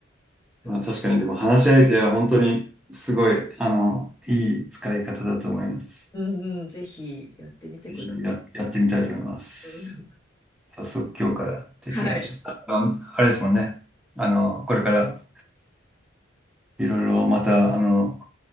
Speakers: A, on the left; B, in the centre.
A: ちょっと、
B: まあ、確かに、でも話し相手は本当にすごい、あの、いい使い方だと思います。
A: うんうん、ぜひやってみてくださ
B: ぜひや、やってみたいと思います。
A: い。うん
B: 早速今日からできる話です。
A: はい。
B: あの、あれですもんね。あの、これからいろいろまた、あの、